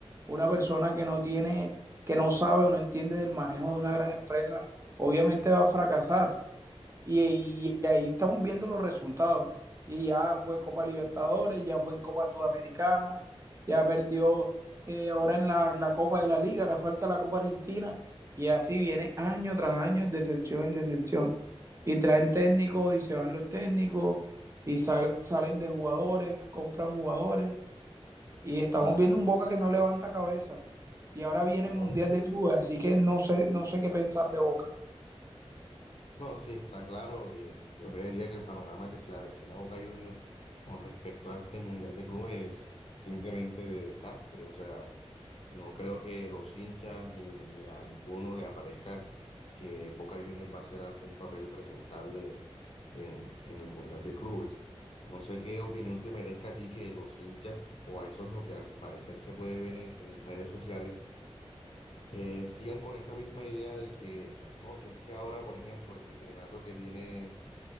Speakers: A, on the right (about 30°); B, on the left (about 70°).
A: una persona que no tiene, que no sabe o no entiende del manejo de una gran empresa, obviamente va a fracasar y, y ahí estamos viendo los resultados. Y ya fue Copa Libertadores, ya fue en Copa Sudamericana, ya perdió eh, ahora en la, en la Copa de la Liga, ahora falta la Copa Argentina. Y así viene año tras año, decepción en decepción. Y traen técnicos y se van los técnicos y sal, salen de jugadores, compran jugadores. Y estamos
B: Claro,
A: viendo un Boca
B: claro,
A: que no levanta cabeza. Y ahora viene
B: claro.
A: el Mundial de Clubes, así que no sé, no sé qué pensar de Boca.
B: No, sí, está claro. eh, yo creería que el panorama que se le avecina a Boca Juniors con respecto a este Mundial de Clubes es simplemente de desastre. O sea, No creo que los hinchas ni, ni a ninguno le aparezca que Boca Juniors va a hacer algún papel presentable en, en el Mundial de Clubes. No sé qué opinión te merezca a ti que los hinchas, o a eso es lo que al parecer se puede ver en, en redes sociales, eh, sigan con esa misma idea de que, no, que es que ahora, por ejemplo, el entrenato que tiene,